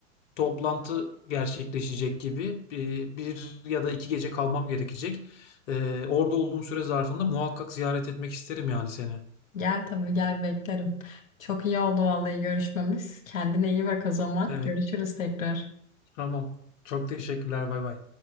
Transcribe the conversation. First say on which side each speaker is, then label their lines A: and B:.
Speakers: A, on the left; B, on the left.
A: toplantı gerçekleşecek gibi bir, bir ya da iki gece kalmam gerekecek. Ee, orada olduğum süre zarfında muhakkak ziyaret etmek isterim yani seni.
B: Gel tabii gel beklerim. Çok iyi oldu vallahi görüşmemiz. Kendine iyi bak o zaman.
A: Evet,
B: Görüşürüz tekrar.
A: tamam. Çok teşekkürler, bay bay.